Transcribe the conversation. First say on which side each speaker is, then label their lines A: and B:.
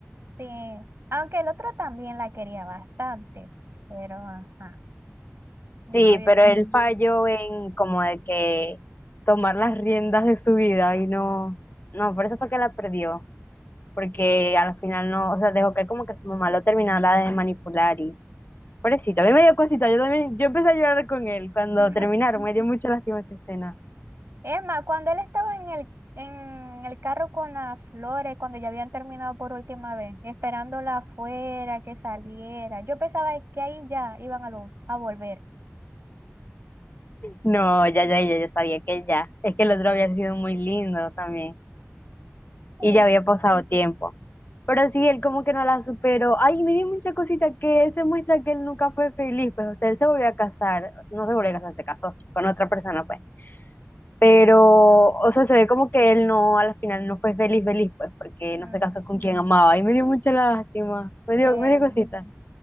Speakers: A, on the right; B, on the left.
A: Sí, aunque el otro también la quería bastante, pero ajá, no.
B: Sí,
A: y-
B: pero él falló en como de que Tomar las riendas de su vida y no, No, por eso fue que la perdió, porque al final no, o sea, dejó que como que su mamá lo terminara de manipular y pobrecito, a mí me dio cosita, yo también, yo empecé a llorar con él cuando
A: <laughs>
B: terminaron, me dio mucha lástima esa escena.
A: Es más, cuando él estaba en el, en el carro con las flores, cuando ya habían terminado por última vez, esperándola afuera, que saliera, yo pensaba que ahí ya iban a, lo- a volver.
B: no, ya, ya, ya, yo sabía que ya. Es que el otro había sido muy lindo también
A: Sí,
B: y ya había pasado tiempo. Pero sí, él como que no la superó. Ay, me dio mucha cosita que él se muestra que él nunca fue feliz, pues, o sea, él se volvió a casar, no se volvió a casar, se casó con otra persona, pues. Pero, o sea, se ve como que él no, al final no fue feliz, feliz, pues, porque
A: mm,
B: no se casó con quien amaba. Y me dio mucha lástima,
A: sí.
B: me dio, me dio cosita,